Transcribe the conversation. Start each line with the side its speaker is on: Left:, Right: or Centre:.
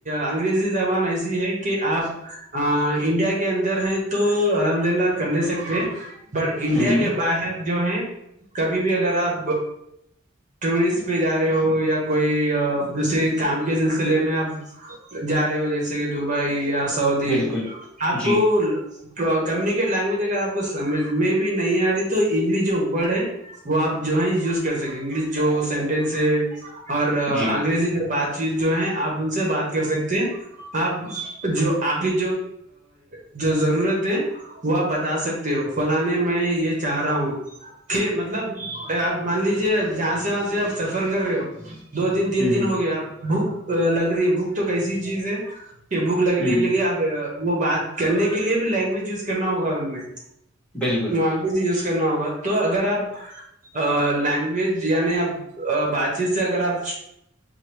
Right: انگریزی زبان ایسی ہے کہ آپ انڈیا کے اندر ہیں تو الحمد للہ کر لے سکتے ہیں بٹ انڈیا
Centre: ہوں،
Right: کے باہر جو ہے کبھی بھی اگر آپ اس پہ جا رہے ہو یا کوئی دوسرے کام کے سلسلے میں آپ جا رہے ہو جیسے کہ دبئی یا سعودی
Centre: بالکل،
Right: آپ
Centre: جی،
Right: کو لینگویج اگر آپ کو سمجھ میں بھی نہیں آ رہی تو انگلش جو ورڈ ہے وہ آپ جو ہے یوز کر سکے انگلش سینٹینس ہے اور
Centre: جی،
Right: انگریزی جو بات چیت جو ہے آپ ان سے بات کر سکتے ہیں آپ جو آپ کی جو ضرورت ہے وہ آپ بتا سکتے ہو فلانے میں یہ چاہ رہا ہوں کہ مطلب آپ مان لیجے سے آپ سفر کر رہے ہو دو دن تین
Centre: ہوں،
Right: دن ہو گیا آپ بک لا لگ رہی بک تو کیسی چیز ہے کہ بھوک
Centre: ہوں،
Right: لگنے کے لیے آپ وہ بات کرنے کے لیے بھی لینگویج یوز کرنا ہوگا ان میں
Centre: بالکل،
Right: می <unintelligible> کرنا ہوگا تو اگر آپ لینگویج <unintelligible> یعنی آپ بات چیت سے اگر آپ